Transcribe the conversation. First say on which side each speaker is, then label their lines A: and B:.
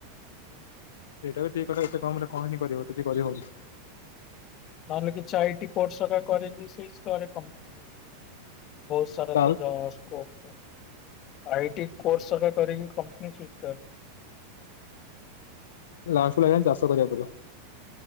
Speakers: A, on the left; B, on the left.
A: ସେଇଟା ବି ଠିକ କଥା ଏତେ କମ ରେ କଣ ଯେ କରିବ କିଛି କରିହବନି।
B: ନହଲେ କିଛି ଆଇଟି କୋର୍ସ ହେକା କରିକି ସୁଇଚ କରେ କମ୍ପାନୀ। ବହୁତ ସାରା
A: ତାହେଲେ
B: ତ ଯଉ ସ୍କୋପ <unintelligible> ଆଇଟି କୋର୍ସ ହେକା କରିକି କମ୍ପାନୀ ସୁଇଚି କର।
A: ଲାଷ୍ଟ କୁ ଲାଗିଲାଣି ଚାଷ କରିବାକୁ ପଡିବ।